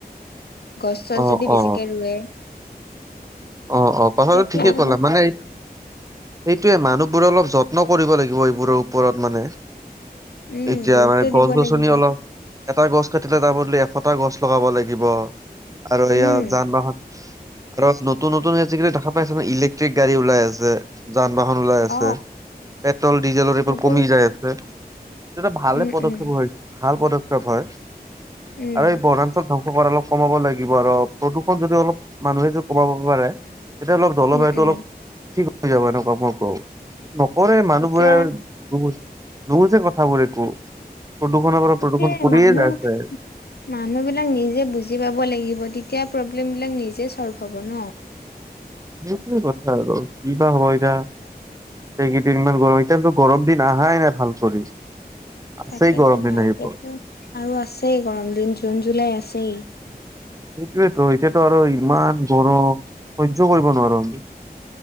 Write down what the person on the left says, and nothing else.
গছ-চছ
যদি
বেছিকে ৰুৱে।
তেতিয়া ঠিক
হ'ব
উম
গুৰুত্ব
দিব
লাগিব
উম
অ
সেইবোৰ
উম
উম
উম
উম
উম
তেতিয়া
এতিয়াই
মানুহ
মানুহ বিলাক নিজে বুজি পাব লাগিব তেতিয়া পব পব্লমবিলাক নিজে ছল্ভ হ'ব ন।
তাকেতো
ভালকেতো
আৰু আছেই গৰম দিন জুন, জুলাই আছেই।